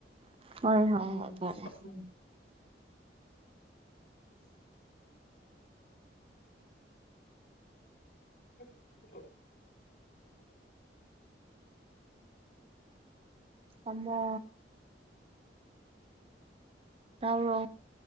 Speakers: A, on the right; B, on the left.
A: ꯍꯣꯏ ꯍꯣꯏ
B: ꯎꯝ
A: ꯍꯣꯏ ꯐꯔꯦ
B: ꯎꯝ <inaudible>
A: ꯊꯝꯃꯣ ꯇꯥꯕ꯭ꯔꯣ